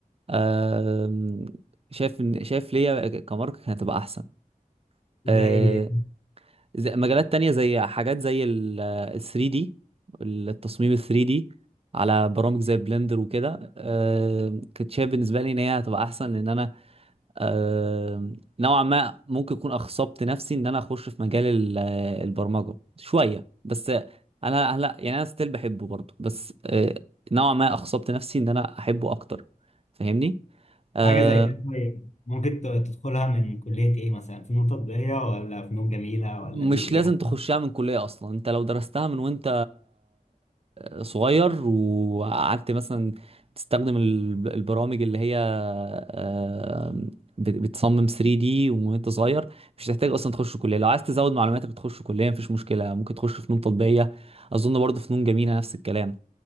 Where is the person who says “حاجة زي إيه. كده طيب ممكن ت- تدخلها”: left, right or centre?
Left